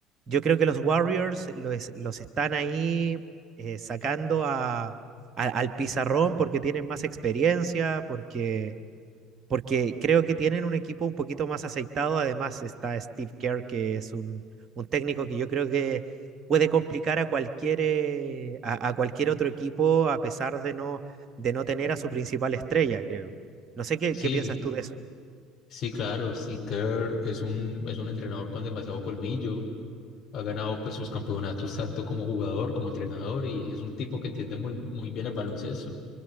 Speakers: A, on the right; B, on the left.
A: yo creo que los Warriors los, los están ahí eh, sacando a, a- al pizarrón porque tienen más experiencia, porque, porque creo que tienen un equipo un poquito más aceitado. Además está Steve Kerr, que es un, un técnico que yo creo que puede complicar a cualquier, eh, a, a cualquier otro equipo a pesar de no, de no tener a su principal estrella, creo. No sé qué,
B: sí,
A: qué piensas tú de eso.
B: sí, claro, sí, Kerr es un, es un entrenador con demasiado colmillo. Ha ganado pues sus campeonatos tanto como jugador como entrenador y es un tipo que entiende muy, muy bien el baloncesto.